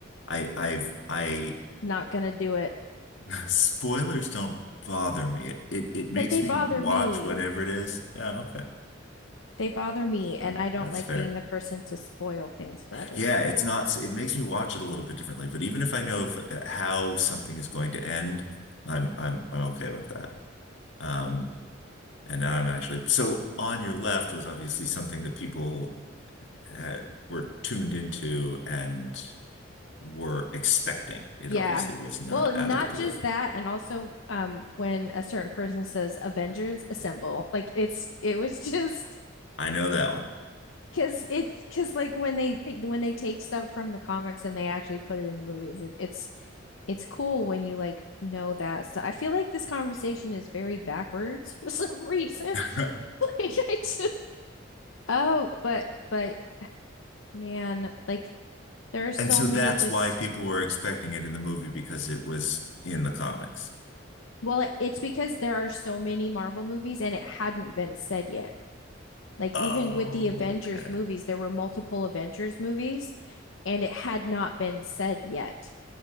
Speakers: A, on the left; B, on the left.
A: I, I've, I,
B: not gonna do it
A: <laughs> spoilers don't bother me. It, it, it makes
B: But they bother
A: me watch
B: me.
A: whatever it is. Oh, okay.
B: They bother me, and
A: Mm,
B: I don't
A: That's
B: like
A: fair.
B: being the person to spoil things for other
A: Yeah,
B: people.
A: it's not, it makes me watch it a little bit differently, but even if I know if, uh, how something is going to end, I'm, I'm, I'm okay with that. Um, and now I'm actually, so on your left was obviously something that people uh, were tuned into and were expecting. It
B: Yeah.
A: obviously was not
B: Well, not
A: out of the blue.
B: just that, and also um when a certain person says Avengers assemble, like it's it was <laughs> just
A: I know that
B: because it's because like when they take when they take stuff from the comics and they actually put it in the movies, it, it's it's cool when you like know that stuff. I feel like this conversation is very backwards <laughs> for some reason. <laughs>
A: one. <laughs>
B: Like I just Oh, but but Man, like there are so
A: And so
B: many
A: that's
B: just
A: why people were expecting it in the movie because it was in the comics.
B: well, it- it's because there are so many Marvel movies and it hadn't been said yet. Like
A: Okay.
B: even with the Avengers movies, there were multiple Avengers movies and it had not been said yet.